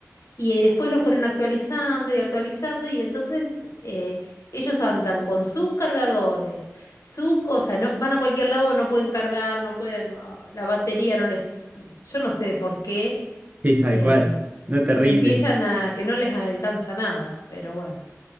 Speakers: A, on the left (about 80°); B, on the right (about 30°).
A: y eh, después lo fueron actualizando y actualizando, y entonces eh, ellos andan con sus cargadores, sus cosas, no, van a cualquier lado, no pueden cargar, no pueden, ah, la batería no les, yo no sé por qué,
B: <laughs> sí, tal
A: eh,
B: cual. No te rinde.
A: empiezan a que no les alcanza nada, pero bueno.